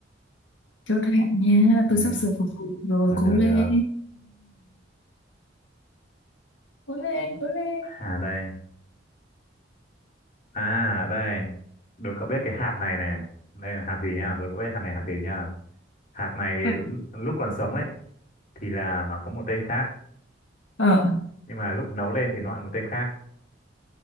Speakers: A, on the left; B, on the left.
A: chốt hạ nha
B: ừ
A: tôi sắp sửa phục vụ rồi
B: được
A: cố
B: được
A: lên
B: được
A: cố lên cố lên
B: à đây à đây đố cậu biết cái hạt này này đây là hạt gì nhá đố cậu biết hạt này hạt gì nhá hạt này l-
A: à,
B: lúc còn sống ấy thì là nó có một tên khác
A: ờ,
B: nhưng mà lúc nấu lên thì nó lại một tên khác